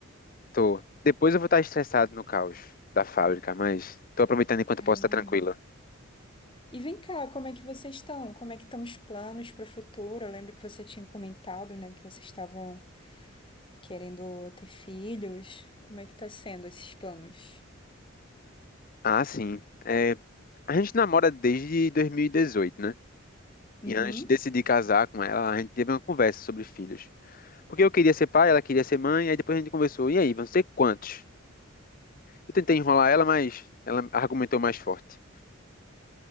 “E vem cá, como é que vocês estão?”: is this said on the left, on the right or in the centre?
Left